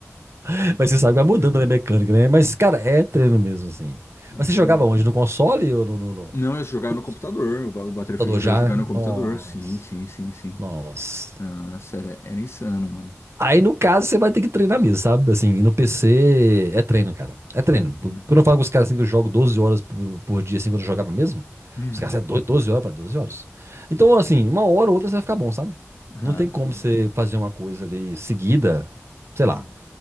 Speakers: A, on the right (about 60°); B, on the left (about 55°).
A: <laughs> Mas você sabe que vai mudando né, a mecânica, né? Mas, cara, é treino mesmo, assim.
B: Na
A: Mas
B: trina.
A: você jogava onde? No console ou no, no, no-
B: Não, eu jogava
A: no
B: no computador, o Ba- o Battlefield
A: computador já?
B: dois jogava no computador,
A: Nossa.
B: sim, sim, sim, sim.
A: Nossa.
B: Nossa, era, era insano, mano.
A: Aí, no caso, você vai ter que treinar mesmo, sabe? Assim, e no PC é treino, cara. É treino.
B: É, né?
A: Quando eu falo com os caras assim que eu jogo 12 horas por, por dia, assim, quando eu jogava mesmo,
B: Hum.
A: os caras, é doido, 12 horas, para 12 horas. Então, assim, uma hora ou outra você vai ficar bom, sabe?
B: Nossa.
A: Não tem como você fazer uma coisa ali seguida, sei
B: Hum.
A: lá,